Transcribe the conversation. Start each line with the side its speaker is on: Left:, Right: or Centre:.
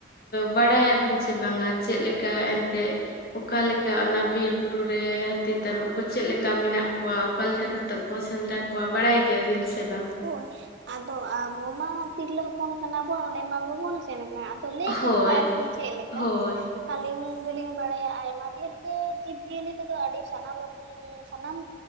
Left: ᱵᱟᱲᱟᱭᱟᱵᱤᱱ ᱥᱮ ᱵᱟᱝᱟ ᱪᱮᱫ ᱞᱮᱠᱟ ᱮᱱᱛᱮᱜ ᱚᱠᱟ ᱞᱮᱠᱟ ᱚᱱᱟ ᱵᱤᱨ ᱵᱩᱨᱩ ᱨᱮ ᱦᱟᱹᱛᱤ ᱛᱟᱹᱨᱩᱵ ᱠᱚ ᱪᱮᱫ ᱞᱮᱠᱟ ᱢᱮᱱᱟᱜ ᱠᱚᱣᱟ ᱚᱠᱟ ᱞᱮᱠᱟ ᱠᱟ ᱛᱮ ᱠᱚ ᱥᱮᱸᱫᱽᱨᱟ ᱠᱚᱣᱟ ᱵᱟᱲᱟᱭ ᱜᱮᱭᱟ ᱵᱤᱱ ᱥᱮ ᱵᱟᱝ?
Right: ᱦᱳᱭ, ᱟᱫᱚ ᱟᱵᱚ ᱢᱟ ᱛᱤᱨᱞᱟᱹ ᱦᱚᱯᱚᱱ ᱠᱟᱱᱟᱵᱚᱱ ᱚᱸᱰᱮ ᱢᱟ ᱵᱟᱵᱚᱱ ᱥᱮᱱ ᱟᱠᱟᱱᱟ, ᱟ ᱫᱚ ᱞᱟᱹᱭ
Left: ᱦᱳᱭ
Right: ᱠᱟᱛᱷᱟ ᱟᱨᱠᱤ ᱪᱮᱫ ᱞᱮᱠᱟ,
Left: ᱦᱳᱭ
Right: ᱟᱞᱤᱧ ᱫᱚᱞᱤᱧ ᱵᱟᱲᱟᱭᱟ ᱟᱭᱢᱟ ᱰᱷᱮᱨ ᱜᱮ ᱡᱤᱵ ᱡᱤᱭᱟᱹᱞᱤ ᱠᱚᱫᱚ ᱟᱹᱰᱤ ᱥᱟᱱᱟᱢ ᱨᱚᱠᱚᱢ ᱥᱟᱱᱟᱢ